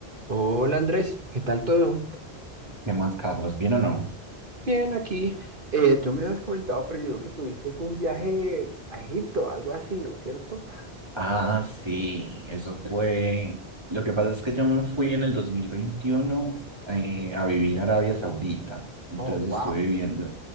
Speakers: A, on the right; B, on the right.
A: Hola Andrés, ¿qué tal todo?
B: ¿Qué más, Carlos? ¿Bien o no?
A: Bien, aquí. Eh, tú me habías comentado, preciso, que tuviste como un viaje a Egipto, algo así, ¿no es cierto?
B: Ah, sí, eso fue. Lo que pasa es que yo me fui en el 2021 eh, a vivir a Arabia Saudita. Entonces
A: Oh, wow,
B: estuve viviendo,